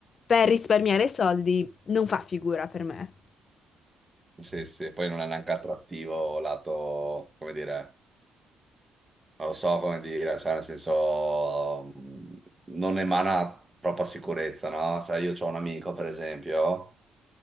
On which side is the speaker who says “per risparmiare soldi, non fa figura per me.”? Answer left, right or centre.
Left